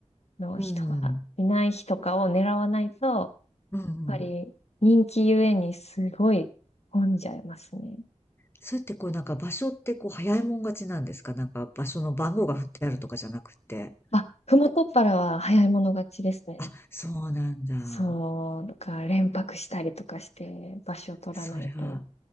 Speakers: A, on the left; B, on the left.
A: の人がいない日とかを狙わないと、
B: うん。
A: やっ
B: うん、うん。
A: ぱり人気ゆえにすごい混んじゃいますね。
B: そうやってこう、なんか場所ってこう、早いもん勝ちなんですかなんか場所の番号が振ってあるとかじゃなくて。
A: あ、ふもとっぱらは早い者勝ちですね。
B: あ、そうなんだ。
A: そう、だから連泊したりとかして場所を取らないと。
B: それは、